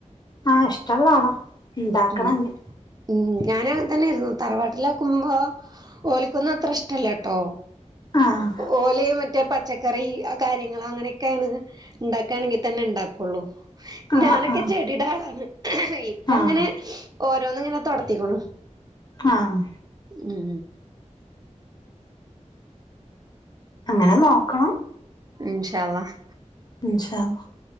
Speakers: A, on the left; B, on the right.
A: ആഹ് ഇഷ്ടള്ള ആളാ ഇണ്ടാക്കണം
B: ഉം
A: ഇഞ്ഞ്
B: ഉം ഞാന അങ്ങനെ തന്നൊയിരുന്നു തറവാട്ടില ആക്കുമ്പോ ഓലിക്കൊന്ന അത്ര ഇഷ്ടല്ലേ ട്ടോ.
A: ആഹ്
B: ഓല് മറ്റേ പച്ചക് ക്കറി ആ കാര്യങ്ങൾ അങ്ങനെയൊക്കെയാണ് ഉണ്ടാക്കുയാണെങ്കിൽ തന്നെ ഉണ്ടാക്കുള്ളൂ.
A: ആഹ്
B: ഞാനൊക്കെ
A: ആഹ്
B: ചെടിടെ ആളാണ് ഇപ്പ
A: ആഹ്
B: ങ്ങനെ ഓരോന്ന് ങ്ങനെ തൊടത്തിക്കുണു.
A: ആഹ്
B: ഉം
A: അങ്ങനെ നോക്കണം
B: ഇൻഷാ അല്ലാഹ്
A: ഇൻഷാ അല്ലാഹ്